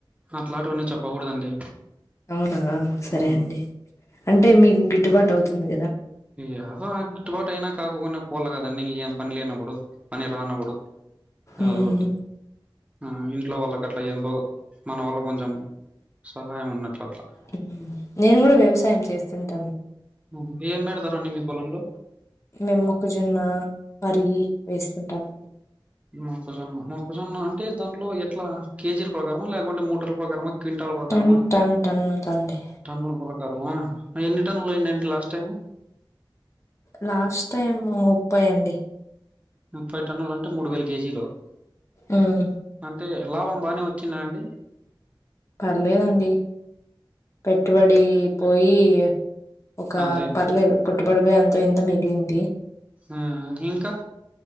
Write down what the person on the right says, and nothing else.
అట్లాంటివన్నీ చెప్పకూడదండి.
ఆ
యాదో ఆ గిట్టుబాటైనా కాకోకున్య పోల్ల గదా అన్నీ ఇగేం పన్ లేనబ్బుడు పని రానబుడు యాదోటి
ఆ ఇంట్లో వాళ్ళకట్ల ఎంతో మన వల్ల కొంచెం సహాయం ఉన్నట్లట్లా
ఉహు ఏం బెడతారండి మీ పొలంలో
మొక్కజొన్న మొక్కజొన్న అంటే దాంట్లో ఎట్లా కేజీల్ ప్రకారమా ల్యాకుంటే ముటర్ల ప్రకారమా క్వింటాల్ ప్రకారమా
టన్నుల్ ప్రకారమా ఆ ఎన్ని టన్నులైండండి లాస్టైము
ముప్పై టన్నులంటే మూడు వేల కేజీలు
అంటే లాభం బానే వచ్చింద అండి
అంత ఇంత
ఆ ఇంకా